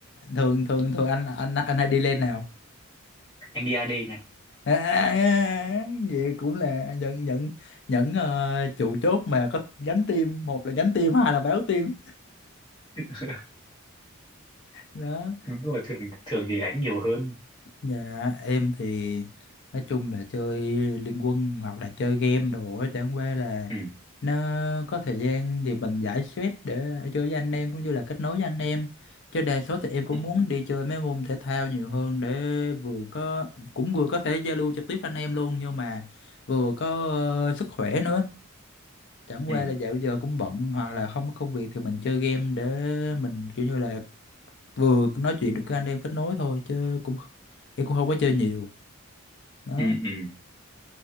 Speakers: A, on the left; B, on the left.
A: thường thường thường anh anh anh hay đi lên nào
B: anh đi AD nha
A: À, à, à, vậy cũng là những những những ờ, trụ chốt mà có gánh team một là gánh team hai là báo team
B: <laughs>
A: đó
B: nhưng mà thường thường thì đánh nhiều hơn
A: nhà em thì nói chung là chơi liên quân hoặc là chơi game đồ á, chẳng qua là
B: ừ,
A: nó có thời gian thì mình giải stress để chơi với anh em cũng như là kết nối với anh em chứ đa số thì em cũng
B: ừ,
A: muốn đi chơi mấy môn thể thao nhiều hơn để vừa có cũng vừa có thể giao lưu trực tiếp với anh em luôn nhưng mà vừa có ờ, sức khỏe nữa chẳng
B: ừ,
A: qua là dạo giờ cũng bận hoặc là không có công việc thì mình chơi game để mình kiểu như là vừa nói chuyện được với anh em kết nối thôi chứ cũng chứ cũng không có chơi nhiều đó
B: ừ. ừ.